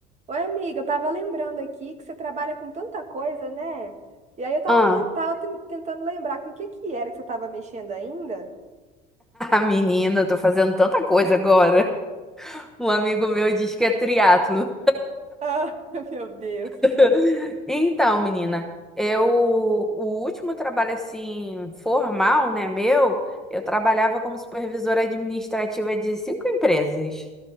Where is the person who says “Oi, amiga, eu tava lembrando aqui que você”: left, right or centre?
Right